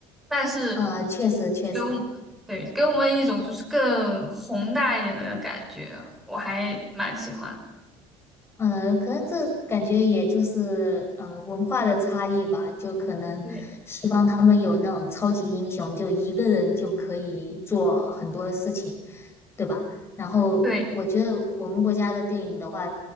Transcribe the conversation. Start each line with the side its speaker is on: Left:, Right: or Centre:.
Centre: 但是
Left: 呃，确实确实。
Centre: 给我们对给我们一种就是更宏大一点的感觉，我还蛮喜欢。
Left: 呃，可能这感觉也就是呃文化的差异吧，就可能西方他们有那种超级英雄，
Centre: 对，
Left: 就一个人就可以做很多事情，对吧？然后我觉得我们国家的电影的话，
Centre: 对，